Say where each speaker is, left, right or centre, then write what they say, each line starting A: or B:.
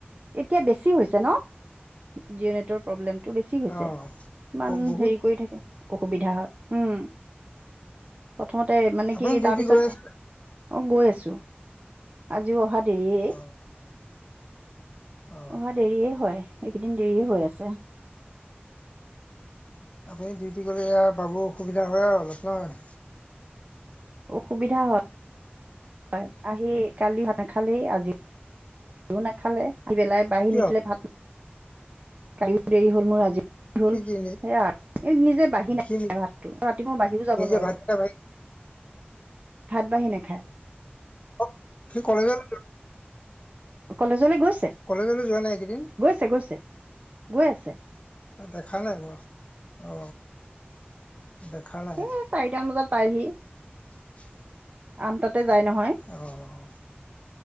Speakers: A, on the right; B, on the left.
A: এতিয়া বেছি হৈছে ন' জিঅ' নেটৰ প্ৰব্লেমতটো বেছি হৈছে,
B: অ
A: ইমান
B: বহুত
A: হেৰি কৰি থাকে, অসুবিধা হয়। উম, প্ৰথমতে মানে
B: আপুনি
A: কি
B: ডিউটি
A: তাৰপিছত
B: গৈ আছে
A: অ', গৈ আছো আজিও অহা দেৰিয়েই।
B: অ অ
A: অহা দেৰিয়ে হয়, এইকেইদিন দেৰিয়ে হৈ আছে।
B: আপুনি ডিউটি গ'লে ইয়াৰ বাবু অসুবিধা হয় আৰু অলপ ন'?
A: অসুবিধা হয়। হয়, আহি কালিও ভাত নাখালেই আজিও নাখালে, আহি পেলাই বাঢ়ি
B: কিয়
A: নিদিলে ভাত কালিও দেৰি হ'ল মোৰ আজিও <unintelligible>
B: সি
A: হ'ল। সেয়া
B: কি নিজে
A: এই নিজে বাঢ়ি নাখাই
B: সি
A: ভাতটো, ৰাতিপুৱা মই বাঢ়িও যাব
B: নিজে
A: নোৱাৰো।
B: ভাতকেইটা ভাগি
A: ভাত বাঢ়হি নাখায়।
B: অঁ সি কলেজলৈ
A: কলেজলে গৈ
B: কলেজলে যোৱা নাই এইকেইদিন।
A: ছে গৈছে, গৈ আছে।
B: দেখা নাই মই অ দেখা নাই।
A: সেই চাৰিটামান বজাত পাইহি।
B: <unintelligible>
A: আঠনতাতে যায় নহয়।
B: অঁহ